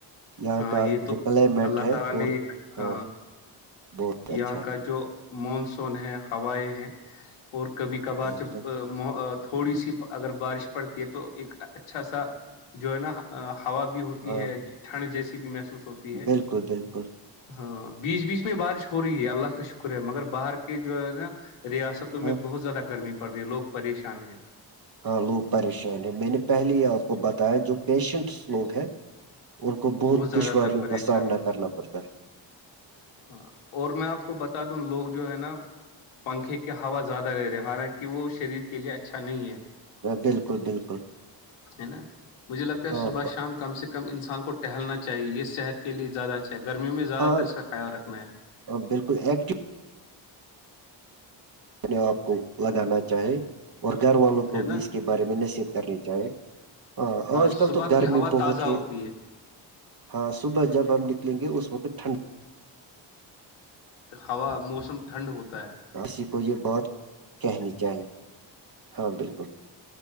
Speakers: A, on the right; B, on the left.
A: یہاں
B: ہاں
A: کا
B: یہ تو
A: جو کلیمیٹ
B: اللہ
A: ہے
B: تعالی
A: اور
B: نے ایک
A: ہاں
B: ا
A: بہت اچھا
B: یہاں کا جو مانسون ہے ہوائیں ہیں اور کبھی کبھار
A: ہے
B: جب تھوڑی سی اگر بارش پڑتی ہے تو ایک اچھا سا جو ہے نا ہوا بھی ہوتی
A: ہاں
B: ہے ٹھنڈ جیسی بھی محسوس ہوتی ہے
A: بالکل بالکل
B: ہاں بیچ بیچ میں بارش ہو رہی ہے اللہ کا شکر ہے مگر باہر کے جو ہے نا ریاستوں
A: ہاں
B: میں بہت زیادہ گرمی پڑ رہی ہے لوگ پریشان ہیں
A: ہاں لوگ پریشان ہیں میں نے پہلے ہی آپ کو بتایا جو پیشنٹس لوگ ہیں ان کو بہت
B: وہ زیادہ
A: دشواریوں
B: تر پریشان
A: کا سامنا
B: ہے
A: کرنا پڑتا ہے
B: ہاں اور میں آپ کو بتا دوں لوگ جو ہے نا پنکھے کے ہوا زیادہ رہ رہے حالانکہ وہ شریر کے لیے اچھا نہیں ہے
A: بالکل بالکل
B: ہے نا مجھے لگتا ہے
A: ہاں
B: صبح شام کم سے کم انسان کو ٹہلنا چاہیے یہ صحت کے لیے زیادہ اچھا ہے گرمی میں زیادہ
A: ہاں
B: تر اس کا خیال رکھنا ہے
A: بالکل ایکٹیو اپنے آپ کو لگانا چاہے اور گھر والوں کو
B: ہے نا
A: بھی اس کے بارے میں نصیحت کرنی چاہے ہاں آج
B: صبح
A: کل تو گرمی
B: کی ہوا
A: بہت
B: تازہ
A: ہے
B: ہوتی
A: ہاں صبح جب ہم نکل گے اس وقت ٹھنڈ
B: ہوا موسم ٹھنڈ ہوتا ہے
A: کسی کو یہ بات کہنی چاہیے ہاں بالکل